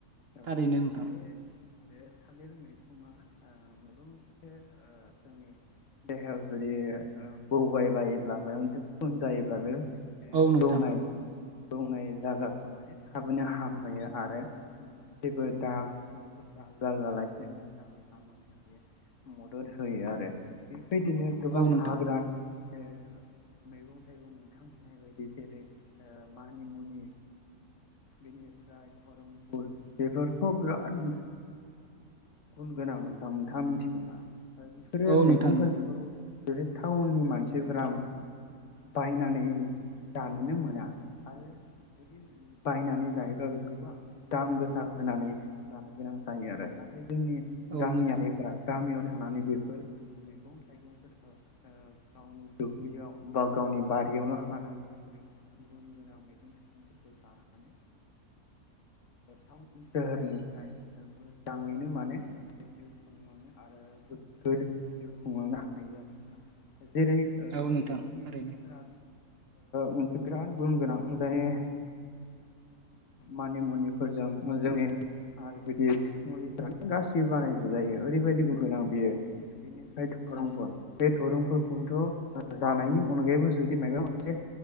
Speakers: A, on the left (about 55°); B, on the right (about 65°).
A: औ
B: थारैनो नोंथां।
A: बे बे थालिर मैखोनना माबा मोनसे जोंनि देहायाव जुदि बौबायबायोब्ला माबा मोनसे खुन जायोब्ला बे <inaudible>
B: औ नोंथां
A: बौनाय बौनाय जायगाखौ माने थाबैनो हामहोयो आरो जेबो दाग गुफुर दाग जाहोलासिनो मोजाङै हामहोयो बे मदद होयो आरो। बेदिनो गोबां
B: औ नोंथां
A: हा गोरान। मैगं थाइगं नोंथां होनाय बायदि जेरै मानि मुनि बेनिफ्राय धरम फुल बेफोरथ' बिराद गुन गोनां नोंथां नोंथाङा मिथिगौना। बेफोरो
B: औ नोंथां
A: मैगंफोरखौ जुदि टाउननि मानसिफ्रा बायनानै जानोनो मोना आरो जुदि बायनानै जायोब्लाो गोबां दाम गोसा होनानै जानो गोनां जायो आरो नाथाय जोंनि
B: औ
A: गामियारिफोरा
B: नोंथां
A: गामियाव थानानै बेफोर मैगं थाइगंफोरखौ गावनि दुब्लियाव बा गावनि बारियावनो खानानै बेफोरो गुन गोनां मैगं थाइगंफोरखौ जानानै टाउन सोहोरनिफ्राय मोजाङैनो माने जिउ खुंलांङो आरो। जिउ खुंलांनो हायो आरो नोंथां। जेरै
B: औ
A: मानि
B: नोंथां
A: मुनिफोरा
B: थारैनो
A: मोनसे बिराद गुन गोनां जाय मानि मुनिफोरजों जोंनि आयुरवेदिक मुलिफोरानो गासैबो बानाय जायो ओरैबायदि गुन गोनां बेयो। बेनिफ्राय धरंफोर बे धोरंफोरखौथ' जानायनि अनगायैबो जुदि माबा मोनसे